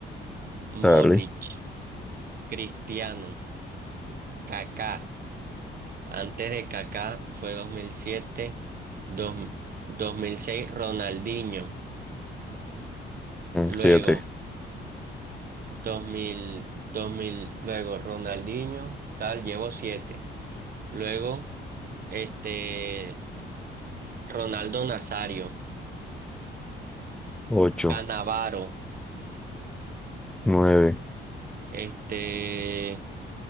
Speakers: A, in the centre; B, on the right.
A: Dale.
B: Modric, Cristiano. Kaká. Antes de Kaká fue 2007 dos- 2006 Ronaldinho, luego
A: 7,
B: dos mil dos mil luego Ronaldinho, tal, llevo siete. Luego este Ronaldo Nazario,
A: 8,
B: Cannavaro,
A: 9.
B: este